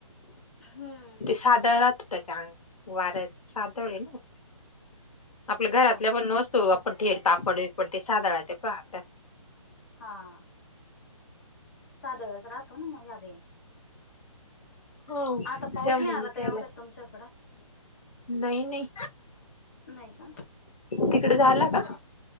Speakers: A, on the left; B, on the left.
A: हम्म.
B: सादळात होता चांग वऱ्या सादळ आहे ना. आपल्या
A: तेच
B: घरातल्या
A: ना मग
B: पणसतो आपण थेट पापड पण ते साधळा ते पतात.
A: हां. सादळच राहतो ना मग यावेेळेस.
B: हो
A: आता पाऊस
B: त्यामुळे
A: नाही आला
B: विकायला
A: काय एवढ्या तुमच्याकड.
B: नाही नाही
A: नाही का.
B: तिकडे झाला का?